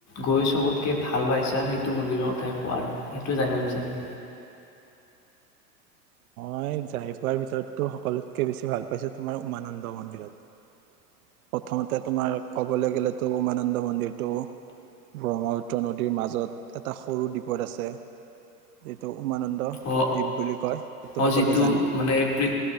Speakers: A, on the left; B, on the right.
A: গৈ সবতকে ভাল পাইছা সেইটো মন্দিৰৰ কথাই কোৱা আৰু সেইটোৱে জানিব বিচাৰিম।
B: মই যায় পোৱাৰ ভিতো সকলোতকে বেছি ভাল পাইছো তোমাৰ উমানন্দ মন্দিৰত অ' প্ৰথমতে তোমাৰ ক'বলৈ গ'লে ত' উমানন্দ মন্দিৰটো ব্ৰহ্মপুত্ৰ নদীৰ মাজত এটা সৰু দ্বীপত আছে যিটো উমানন্দ
A: অ
B: দ্বীপ বুলি কয়।
A: অ',
B: সকলোৱে
A: যিটো
B: জানে
A: মানে পৃ